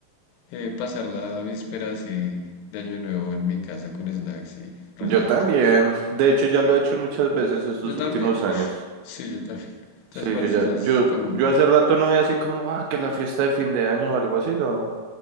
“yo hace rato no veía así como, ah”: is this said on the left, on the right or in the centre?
Right